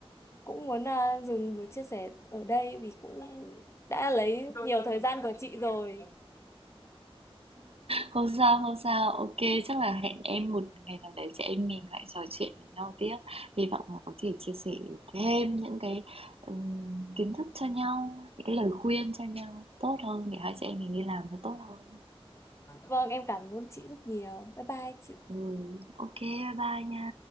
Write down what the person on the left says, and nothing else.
cũng muốn ờ, dừng buổi chia sẻ ở đây vì cũng đã lấy nhiều thời gian của chị rồi
Vâng, em cảm ơn chị rất nhiều. Bye bye chị.